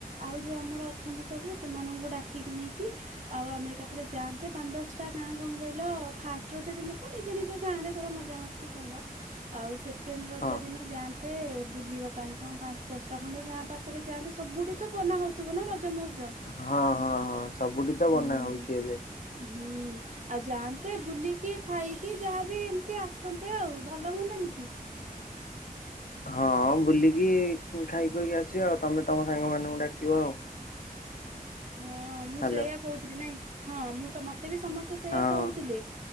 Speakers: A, on the right (about 50°); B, on the left (about 65°).
A: ଆଉ ଯୋଉ ଆମର ଅଛନ୍ତି ସବୁ ସେମାନଙ୍କୁ ଡାକିକି ନେଇକି ଆଉ ଆମେ ଏକା ଥରେ ଯାଆନ୍ତେ ପାଞ୍ଚ ଦଶଟା ଗାଁ କଣ କଇଲ ଫାଷ୍ଟ ରଜ ଦିନ ତ ନିଜ ନିଜ ଗାଁରେ ଧର ମଜାମସ୍ ଏମିତି କଲ ଆଉ ସେକେ କେଣ୍ଡ ରଜ
B: ହଁ
A: ଦିନ ଯାଆନ୍ତେ ବୁଲିବା ପାଇଁ କଣ ପାଞ୍ଚ ଦଶଟା ଖଣ୍ଡେ ଗାଁ ପାଖରେ ଯାଆନ୍ତେ ସବୁଠି ତ ବନା ହୋଉଥିବ ନା ରଜ ମଉଜ।
B: ହଁ ହଁ ହଁ ସବୁଠି ତ
A: ହୁଁ
B: ବନା ହୋଉଚି ଏବେ।
A: ହୁଁ। ଆଉ ଯାଆନ୍ତେ ବୁଲିକି ଖାଇକି ଯାହାବି ଏମିତି ଆସନ୍ତେ ଆଉ ଭଲ ହୁଅନ୍ତାନି କି?
B: ହଁ ବୁଲିକି ଖାଇଖୁଆକି ଆସିବା ଆଉ ତମେ ତମ ସାଙ୍ଗମାନଙ୍କୁ ଡାକିବ ଆଉ
A: ହଁ ମୁଁ
B: ହ୍ୟାଲୋ
A: ସେଇଆ କହୁଥିଲି ନାଇଁ ହଁ ମୁଁ ତ ମତେ ବି ସମସ୍ତେ ସେଇୟା
B: ହଁ ହଁ।
A: କହୁଥିଲେ।